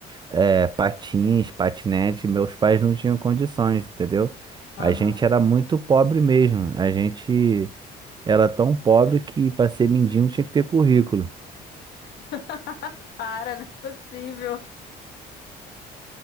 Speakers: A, on the right (about 25°); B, on the left (about 75°).
A: é, patins, patinete, meus pais não tinham condições, entendeu?
B: Aham.
A: A gente era muito pobre mesmo. A gente era tão pobre que para ser mendigo tinha que ter currículo.
B: <laughs> Para, não é possível.